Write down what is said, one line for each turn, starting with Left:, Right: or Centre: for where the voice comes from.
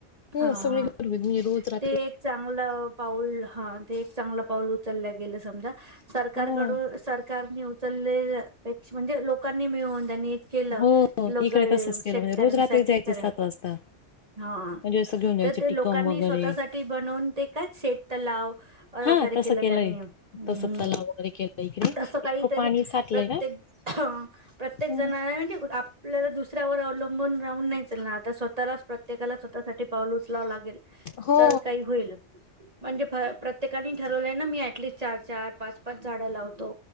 Left: हो
Right: हा
Left: सगळे
Right: हा
Left: <unintelligible> मी रोज रा
Right: ते एक चांगलं पाऊल हां ते एक चांगलं पाऊल उचललंय. गेलं समजा सरकारकडू
Left: हो
Right: सरकारनी उ <unintelligible> म्हणजे लोकांनी मिळून त्यांनी केलं
Left: हो
Right: लगर
Left: इकडे तसंच केलं
Right: शेतकऱ्यांसाठी
Left: म्हणजे रोज रात्री जायचे
Right: करा
Left: सात वाजता
Right: हां
Left: म्हणजे असं घेऊन जायचे
Right: तर ते
Left: टिकम
Right: लोकांनी
Left: वगैरे
Right: स्वतःसाठी <unintelligible> ते काय शेततलाव अ
Left: हा
Right: वैगेरे
Left: तसं
Right: केलं
Left: केलंय
Right: त्यांनी हम्म
Left: तसं तलाव वगैरे केलं इकडे
Right: असं
Left: इतकं
Right: काहीतरी
Left: पाणी साठलंय
Right: प्रत्येक
Left: ना
Right: प्रत्येकजणा
Left: हम्म.
Right: <unintelligible> आपल्याला दुसऱ्यावर अवलंबून राहून नाही चालणार, आता स्वतःलाच प्रत्येकाला स्वतःसाठी पाऊल उचलावं लागेल.
Left: हो
Right: तर काही होईल म्हणजे फ प्रत्येकांनी ठरवले ना मी ॲटलिस्ट चार-चार, पाच पाच झाडं लावतो